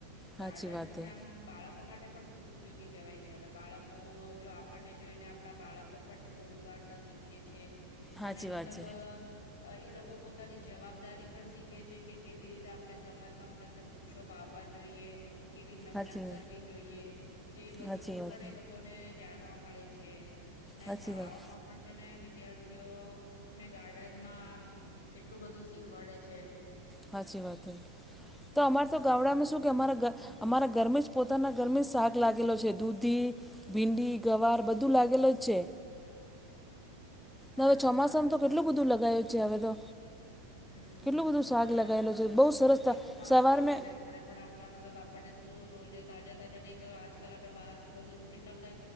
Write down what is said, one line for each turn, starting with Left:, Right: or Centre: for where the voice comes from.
Left: ગાર્ડન
Centre: હાચી વાત
Left: છે
Centre: હે.
Left: ને આમ બાળકો માટે પણ ખુબ ઉપયોગી કહેવાય છે હવે બાળકો જો આપણને જોઈને આપણા બાળકો પણ છોડ ઉગાડતા શીખે છે.
Centre: હાચી
Left: અને મતલબ
Centre: વાત છે.
Left: એ લોકો પોતાની જવાબદારી પણ શીખે છે કે કેવી રીતે આપણે સમાજમાં મત વૃક્ષો વાવવા કેવી મહેનત
Centre: હાચી
Left: કરવી જોઈએ તે બધું
Centre: હાચી વાત.
Left: પણ એ લોકો ને જાણવા મળે છે ને
Centre: હાચી
Left: શાળાઓમાં
Centre: વાત.
Left: પણ છે ને વિદ્યાર્થીઓ ને ગાર્ડનમાં આમ કેટલું બધું શીખવાડે છે.
Centre: સાચી વાત હો તો અમારે તો ગાવડામાં
Left: હમ્મ.
Centre: શું કે અમારા અમારા ઘરમે જ પોતાના ઘરમે જ શાક લાગેલો છે દૂધી ભીંડી ગવાર બધું લાગેલ જ છે.
Left: અચ્છા
Centre: હવે ચોમાસામાં તો કેટલું બધું લગાયું છે હવે તો
Left: હમ
Centre: કેટલું બધું શાક
Left: બરાબર
Centre: લગાયેલો છે બહુ સરસ
Left: તો તે તો સારું
Centre: સવાર
Left: કેહેવાય
Centre: મે
Left: ને આપડે પણ આપણા મતલબ આપણને શું રોજે તાજા તાજા નહી તો આજકાલ હ બાર બધું કેટલા બધા